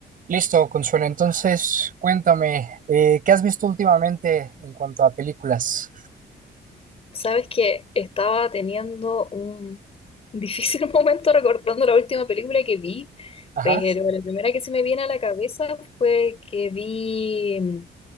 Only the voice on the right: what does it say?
Listo, Consuelo. Entonces, cuéntame, eh, ¿qué has visto últimamente en cuanto a películas?
Ajá,